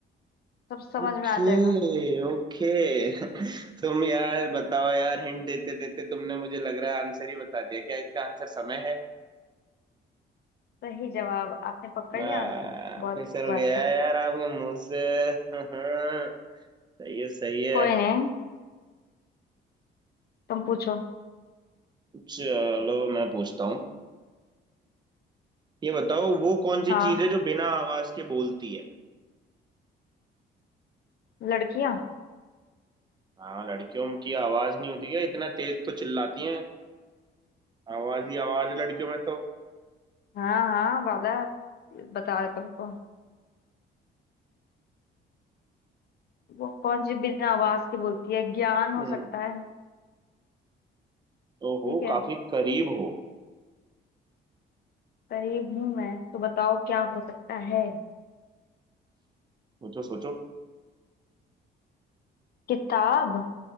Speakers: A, on the left; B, on the right.
A: सब समझ
B: Okay
A: में आ जाएगा
B: okay <laughs> तुम यार बताओ यार हिंट देते देते तुमने मुझे लग रहा है आंसर ही बता दिया क्या इसका आंसर समय है
A: सही जवाब आपने पकड़
B: आ,
A: लिया आंसर बहुत
B: फिसल
A: अच्छी बात
B: गया
A: है
B: यार आपके मुंह से <laughs> सही है सही है
A: कोई नहीं तुम पूछो
B: चलो मैं पूछता हूँ ये बताओ वो कौन सी
A: हाँ
B: चीज है जो बिना आवाज के बोलती है
A: लड़कियां
B: हाँ लड़कियों की आवाज नहीं होती है इतना तेज तो चिल्लाती हैं आवाज ही आवाज है लड़कियों में तो
A: हाँ हाँ बाबा बता रहे तुमको वो कौन सी बिना आवाज की बोलती है ज्ञान हो
B: हम्म
A: सकता है
B: ओहो
A: ठीक है
B: काफी करीब हो
A: करीब हूं मैं तो बताओ क्या हो सकता है
B: सोचो सोचो
A: किताब